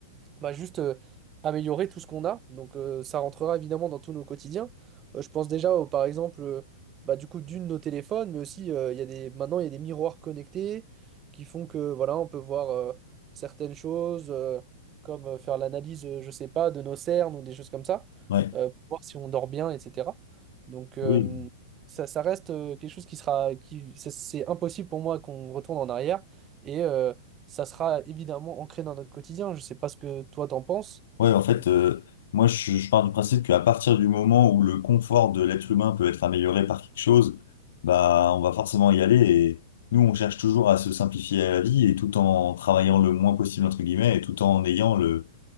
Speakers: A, on the right (about 25°); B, on the left (about 70°).
A: va juste euh, améliorer tout ce qu'on a. Donc euh, ça rentrera évidemment dans tous nos quotidiens. Euh, je pense déjà, au- par exemple, euh, bah, du coup, d'une, nos téléphones, mais aussi, euh, il y a des, maintenant, il y a des miroirs connectés qui font que, voilà, on peut voir euh, certaines choses, euh, comme euh, faire l'analyse, euh, je sais pas, de nos cernes ou des choses comme ça,
B: Ouais.
A: euh, pour voir si on dort bien, etc. Donc euh,
B: Oui.
A: ça, ça reste euh, quelque chose qui sera, qui, c'est c'est impossible pour moi qu'on retourne en arrière. Et, euh, ça sera évidemment ancré dans notre quotidien. Je sais pas ce que toi t'en penses.
B: Ouais, en fait,
A: mais-
B: euh, moi, je, je pars du principe qu'à partir du moment où le confort de l'être humain peut être amélioré par quelque chose, bah, on va forcément y aller. Et nous, on cherche toujours à se simplifier la vie et tout en travaillant le moins possible, entre guillemets, et tout en ayant le,